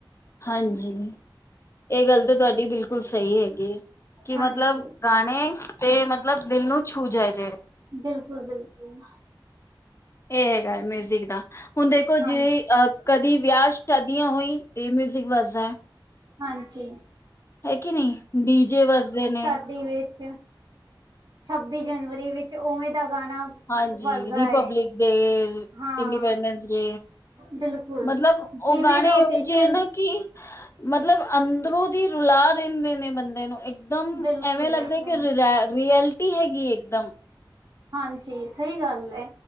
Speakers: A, on the left; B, on the right.
A: ਹਾਂਜੀ ਇਹ ਗੱਲ ਤਾਂ ਤੁਹਾਡੀ ਬਿਲਕੁਲ ਸਹੀ ਹੈਗੀ ਕਿ ਮਤਲਬ
B: ਹਾਂਜੀ
A: ਗਾਣੇ ਤੇ ਮਤਲਬ ਦਿਲ ਨੂੰ ਛੂ ਜਏ ਜਿਹੜੇ
B: ਬਿਲਕੁਲ-ਬਿਲਕੁਲ
A: ਇਹ ਹੈਗਾ ਮਿਊਜ਼ਿਕ ਦਾ ਹੁਣ ਦੇਖੋ
B: ਹਾਂਜੀ
A: ਜੀ ਅਹ ਕਦੀ ਵਿਆਹ ਸ਼ਾਦੀਆਂ ਹੋਈ ਤੇ ਮਿਊਜਿਕ ਵੱਜਦਾ।
B: ਹਾਂਜੀ
A: ਹੈ ਕਿ ਨਹੀਂ ਡੀ ਜੇ ਵੱਜਦੇ ਨੇ।
B: ਟੀਵੀ ਵਿੱਚ ਛੱਬੀ ਜਨਵਰੀ ਵਿੱਚ ਓਵੇਂ ਦਾ ਗਾਣਾ
A: ਹਾਂਜੀ
B: ਵੱਜਦਾ
A: ਰਿਪਬਲਿਕ
B: ਹੈ
A: ਡੇ
B: ਹਾਂ
A: ਇੰਡੀਪੈਂਡੈਂਸ ਡੇ
B: ਬਿਲਕੁਲ
A: ਮਤਲਬ
B: ਜਿਵੇਂ
A: ਓ ਗਾਣੇ
B: ਦਾ ਓਕੇਸ਼ਨ
A: ਇਹੋ ਜਿ ਹੈ ਨਾ ਕਿ ਮਤਲਬ ਅੰਦਰੋਂ ਦੀ ਰੁਲਾ ਦਿੰਦੇ ਨੇ ਬੰਦੇ ਨੂੰ ਇਕ ਇਕਦਮ
B: ਬਿਲਕੁਲ
A: ਐਵੇਂ ਲੱਗਦਾ
B: ਬਿਲਕੁਲ
A: ਕਿ ਰਐ ਰਐਲਟੀ ਹੈਗੀ ਇਕਦਮ
B: ਹਾਂਜੀ ਸਹੀ ਗੱਲ ਹੈ